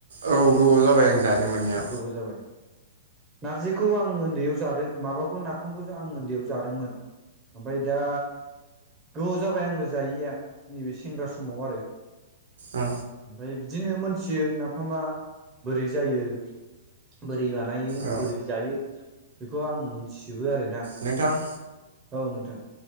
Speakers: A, on the right; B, on the right.
A: औ गोबाव जाबाय आं जानो मोनैया
B: गोबाव जाबाय। नारजिखौ आं ओन्दैयाव जादो माबाखौ नाफामखौसो आं ओन्दैयाव जादोंमोन आमफाय दा गोबाव जाबाय आंबो जायैया नैबे सेंग्रा समाव आरो।
A: औ
B: आमफाय बिद दिनो मोनथियो नाफामा बोरै जायो बो रै बानायो
A: औ
B: बोरै जायो बेखौ आं मोन सिबो आरो
A: नोंथां।
B: औ नोंथां।